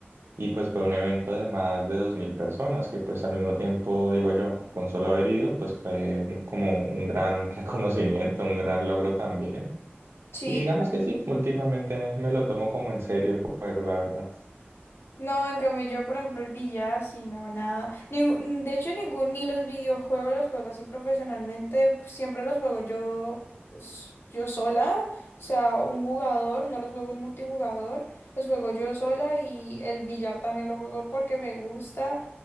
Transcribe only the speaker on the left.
Sí,
No, en cambio yo, por ejemplo, el billar, sí, no, nada. Ningún- de hecho, ningún, ni los videojuegos los juego así profesionalmente, pues, siempre los juego yo, s- yo sola, o sea, un jugador, no los juego en multijugador, los juego yo sola y el billar también lo juego porque me gusta.